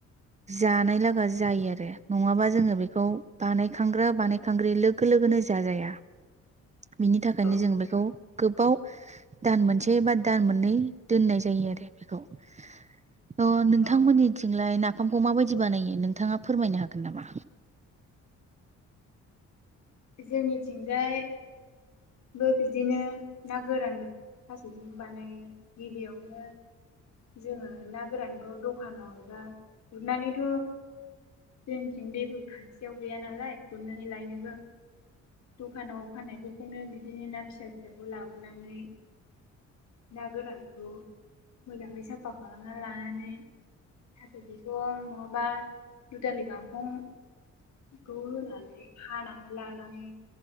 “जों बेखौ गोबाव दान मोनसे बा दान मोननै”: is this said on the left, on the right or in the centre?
Right